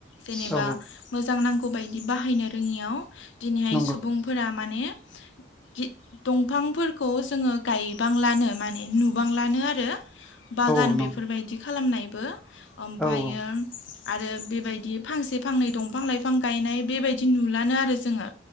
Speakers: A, on the left; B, in the centre.
A: जेनेबा
B: औ
A: मोजां नांगौ बायदि बाहायनो रोङियाव दिनैहाय
B: नंगौ
A: सुबुंफोरा माने हि दंफांफोरखौ जोङो गायबांलानो माने नुबांलानो आरो। बागान
B: औ
A: बेफोरबायदि
B: नंगौ
A: खालामनायबो ओमफ्रायो
B: औ औ
A: आरो बेबायदि फांसे फांनै दंफां-लाइफां गायनाय बेबायदि नुलानो आरो जोहा।